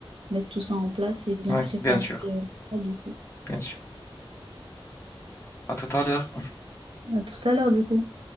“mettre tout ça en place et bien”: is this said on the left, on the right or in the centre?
Right